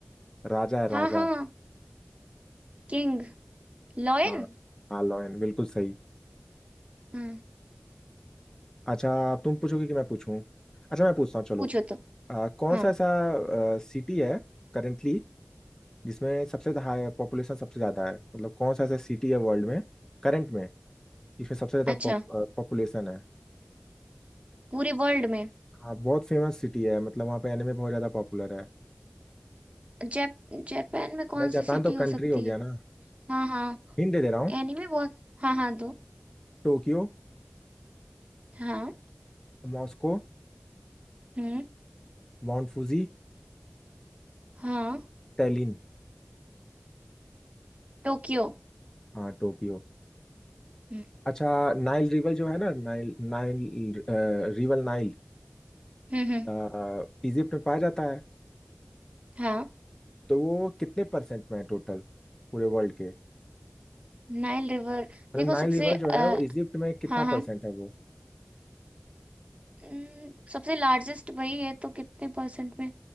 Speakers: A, on the left; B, on the right.
A: राजा है राजा
B: हाँ हाँ किंग लॉयन
A: हाँ हाँ लॉयन बिल्कुल सही
B: हम्म,
A: अच्छा तुम पूछोगे कि मैं पूछूं अच्छा मैं पूछता हूँ चलो
B: पूछो तो
A: अ, कौन
B: हाँ
A: सा ऐसा सिटी है करेंटली जिसमें सबसे हाई पॉपुलेशन सबसे ज्यादा है मतलब कौन सा ऐसा सिटी है वर्ल्ड में करंट में जिसमें सबसे ज्यादा
B: अच्छा
A: पॉपुलेशन है
B: पूरे वर्ल्ड में
A: हाँ बहुत फेमस सिटी है मतलब वहाँ पे एनिमे बहुत ज्यादा पॉपुलर है
B: जैप जापान में कौन
A: भाई
B: सी
A: जापान
B: सिटी
A: तो
B: हो
A: कंट्री
B: सकती
A: हो गया
B: है
A: ना
B: हाँ हाँ
A: हिंट दे दे रहा हूँ
B: एनीमे बहुत हाँ हाँ दो
A: Tokyo
B: हाँ
A: Moscow
B: हम्म
A: mount Fuji
B: हाँ
A: Tallinn
B: टोक्यो
A: हाँ टोक्यो
B: हम्म
A: अच्छा नाइल रिवर जो है ना Nile Nile river Nile
B: हम्म हम्म,
A: अ, Egypt में पाया जाता है
B: हाँ
A: तो वो कितने परसेंट में है टोटल पूरे वर्ल्ड के
B: Nile river
A: मतलब
B: देखो
A: नाइल
B: सबसे
A: रिवर
B: अ,
A: जो है वो इजिप्ट में कितना
B: हाँ हाँ
A: परसेंट है वो
B: हम्म, सबसे लार्जेस्ट वही है तो कितने परसेंट में